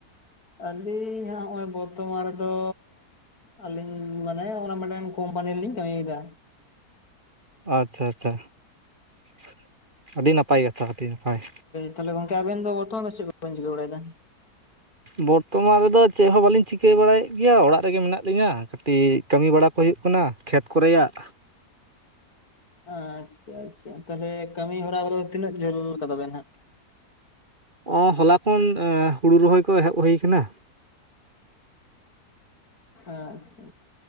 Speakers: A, on the left; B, on the right.
A: ᱟᱹᱞᱤᱧ ᱦᱟᱸᱜ ᱱᱚᱜ-ᱚᱭ ᱵᱚᱨᱛᱚᱢᱟᱱ ᱨᱮᱫᱚ ᱟᱹᱞᱤᱧ ᱢᱟᱱᱮ ᱚᱱᱟ ᱢᱮᱰᱮᱱ ᱠᱚᱢᱯᱟᱱᱤ ᱨᱮᱞᱤᱧ ᱠᱟᱹᱢᱤᱭᱮᱫᱟ᱾
B: ᱟᱪᱪᱷᱟ ᱟᱪᱪᱷᱟ, <inaudible> ᱟᱹᱰᱤ ᱱᱟᱯᱟᱭ ᱠᱟᱛᱷᱟ ᱟᱹᱰᱤ ᱦᱳᱭ᱾
A: ᱛᱟᱦᱚᱞᱮ ᱜᱚᱝᱠᱮ ᱟᱵᱮᱱ ᱫᱚ ᱵᱚᱨᱛᱚᱢᱟᱱ ᱫᱚ ᱪᱮᱫ <inaudible> ᱪᱤᱠᱟᱹ ᱵᱟᱲᱟᱭ ᱫᱟ?
B: ᱵᱚᱨᱛᱚᱢᱟᱱ ᱨᱮᱫᱚ ᱪᱮᱫ ᱦᱚᱸ ᱵᱟᱹᱞᱤᱧ ᱪᱤᱠᱟᱹ ᱵᱟᱲᱟᱭᱮᱫ ᱜᱮᱭᱟ᱾ ᱚᱲᱟᱜ ᱨᱮᱜᱮ ᱢᱮᱱᱟᱜ ᱞᱤᱧᱟ᱾ ᱠᱟᱹᱴᱤᱡ ᱠᱟᱹᱢᱤ ᱵᱟᱲᱟ ᱠᱚ ᱦᱩᱭᱩᱜ ᱠᱟᱱᱟ ᱠᱷᱮᱛ ᱠᱚᱨᱮᱭᱟᱜ᱾
A: ᱟᱪᱪᱷᱟ ᱟᱪᱪᱷᱟ, ᱛᱟᱦᱚᱞᱮ ᱠᱟᱹᱢᱤ ᱦᱚᱨᱟ ᱠᱚᱫᱚ ᱛᱤᱱᱟᱹᱜ ᱡᱷᱟᱹᱞ ᱠᱟᱫᱟ ᱵᱮᱱ ᱦᱟᱸᱜ?
B: ᱚᱸᱻ ᱦᱚᱞᱟ ᱠᱷᱚᱱ ᱮ ᱦᱩᱲᱩ ᱨᱚᱦᱚᱭ ᱠᱚ ᱮᱦᱚᱵ ᱦᱩᱭ ᱟᱠᱟᱱᱟ᱾
A: ᱟᱪᱪᱷᱟ